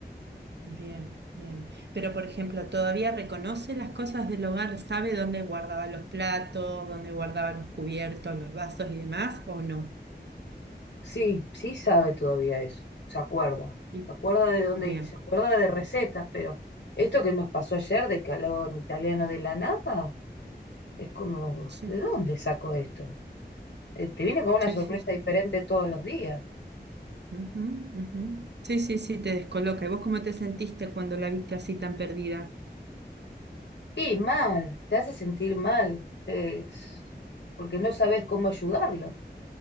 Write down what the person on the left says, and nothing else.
Sí, sí sabe todavía eso, se acuerda,
se acuerda de dónde
y se acuerda de recetas, pero esto que nos pasó ayer de que hablaba en italiano de la nada, es como,
¿de dónde sacó esto? eh, te viene con una
sorpresa
diferente
todos los días.
Y mal, te hace sentir mal, es porque no sabes cómo ayudarlo.